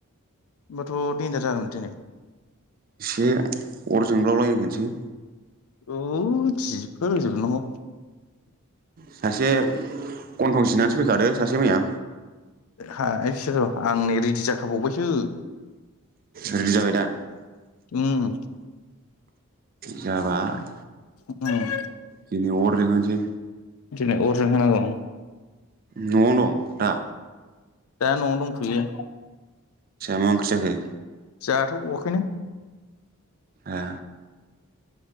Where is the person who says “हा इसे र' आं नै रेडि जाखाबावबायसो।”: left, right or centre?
Left